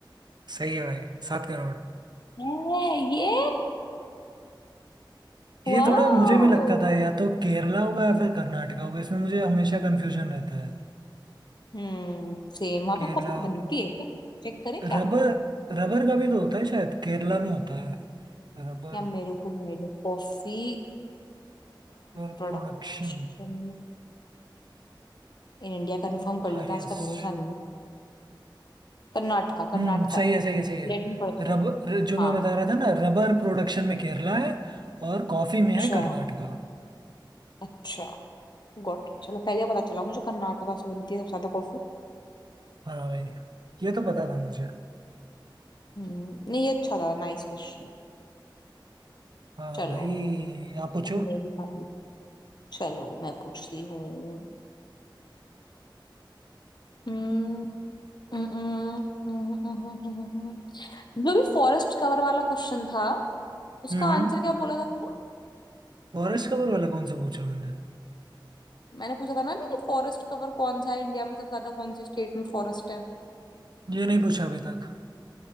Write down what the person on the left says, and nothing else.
है ये वाओ
हम्म सेम वहां
पे कॉफी बनती
है क्या चेक करें
क्या
या मेरे को नहीं idea coffee
Production
In India Confirm कर
लेता उसका भरोसा नहीं है कर्नाटका कर्नाटका
Laden production
हाँ
अच्छा
अच्छा गॉट चलो पहले पता चला मुझे कर्नाटका से बनती है सबसे ज्यादा कॉफी
हम्म नहीं ये अच्छा था Nice question
चलो
अब मेरी बारी चलो मैं पूछती हूँ हम्म हम्म, हम्म, हम्म, हम्म, हम्म। हम्म, हम्म। जो भी फॉरेस्ट कवर वाला क्वेश्चन था उसका
आंसर क्या बोला था तूने
मैंने पूछा था ना अभी कि फॉरेस्ट कवर कौन सा है इंडिया में सबसे ज्यादा कौन सी स्टेट में फॉरेस्ट है